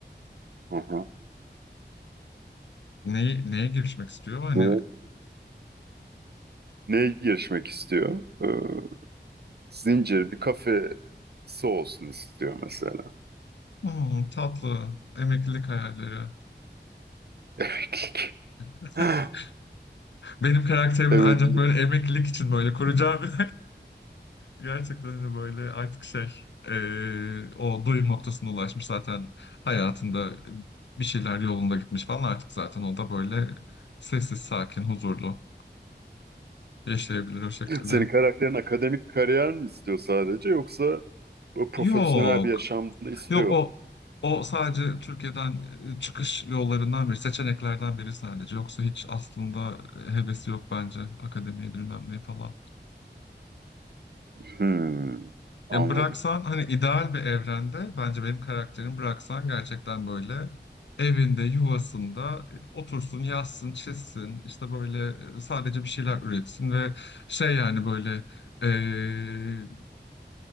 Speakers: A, on the right (about 60°); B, on the left (about 75°).
A: Hı hı.
B: Neyi, neye girişmek istiyor? Hani
A: Hı. Neye girişmek istiyor? Ee, zincir bir kafesi olsun istiyor mesela.
B: "Hmm, tatlı emeklilik hayalleri.
A: <laughs>
B: <laughs>
A: Evet. <gasps>
B: Benim karakterimin
A: Evet.
B: ancak böyle emeklilik için böyle kuracağım <laughs> Gerçekten de böyle artık şey eee, o doyum noktasına ulaşmış zaten hayatında bir şeyler yolunda gitmiş falan artık zaten o da böyle sessiz sakin huzurlu yaşayabilir o şekilde.
A: Senin karakterin akademik kariyer mi istiyor sadece yoksa o profesyonel
B: Yok
A: bir yaşamda istiyor
B: yok o
A: mu?
B: o sadece Türkiye'den e, çıkış yollarından biri seçeneklerden biri sadece yoksa hiç aslında e, hevesi yok bence akademiye bilmem ne falan.
A: Hmm, anladım.
B: Ya bıraksan hani ideal bir evrende bence benim karakterim bıraksan gerçekten böyle evinde, yuvasında e, otursun, yazsın, çizsin. işte böyle e, sadece bir şeyler üretsin ve şey yani böyle eee,